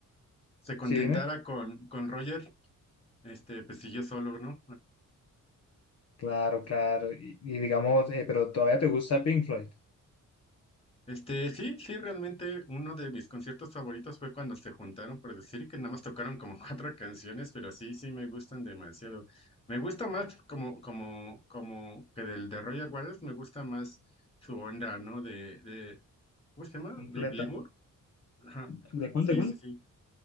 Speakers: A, on the left; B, on the left.
A: se contentara
B: sí, dime.
A: con, con Roger, este, pues siguió solo, ¿no?
B: Claro, claro. Y, y digamos, eh, pero todavía te gusta Pink Floyd.
A: Este, sí, sí, realmente uno de mis conciertos favoritos fue cuando se juntaron, por decir que nada más tocaron como <laughs> cuatro canciones, pero sí, sí me gustan demasiado. Me gusta más como, como, como que del de Roger Waters, me gusta más su onda, ¿no? De, de, ¿cómo se llama?
B: Completa.
A: De Gilmour. Ajá.
B: ¿De cuál,
A: Sí,
B: de cuál?
A: sí, sí.